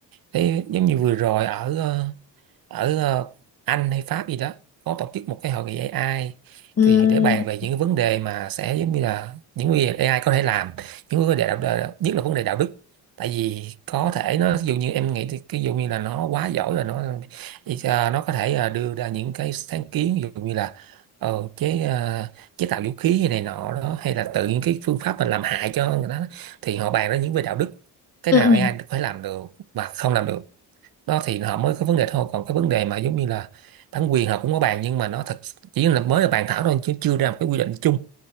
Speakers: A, on the right; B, on the left.
A: thế giống như vừa rồi ở ờ, ở ờ, Anh hay Pháp gì đó có tổ chức một cái hội nghị AI
B: ừ.
A: thì để bàn về những cái vấn đề mà sẽ giống như là những vấn đề AI có thể làm những vấn đề đạo đạo- nhất là vấn đề đạo đức tại vì có thể nó ví dụ như em nghĩ thì ví dụ như là nó quá giỏi rồi nó ờ, nó có thể ờ, đưa ra những cái sáng kiến ví dụ như là ờ, chế ờ, chế tạo vũ khí hay này nọ đó hay là tự những cái phương pháp mà làm hại cho người đó thì họ bàn ra những về đạo đức cái
B: Ừ.
A: nào
B: ừ.
A: AI có thể làm được mà không làm được đó thì họ mới có vấn đề thôi còn cái vấn đề mà giống như là bản quyền họ cũng có bàn nhưng mà nó thật chỉ là mới là bàn thảo thôi chứ chưa ra một cái quy định chung